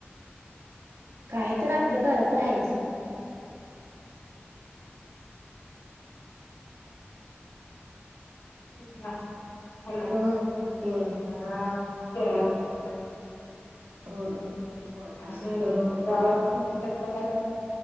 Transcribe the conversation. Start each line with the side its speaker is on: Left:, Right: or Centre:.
Right: काय तर आप आपलं करत राहायचं
Left: क अस कोल्हापूर
Right: ह
Left: सांगली
Right: होय
Left: सातारा सोलापुर
Right: होय
Left: असं
Right: हो
Left: गावात तर बघा <inaudible>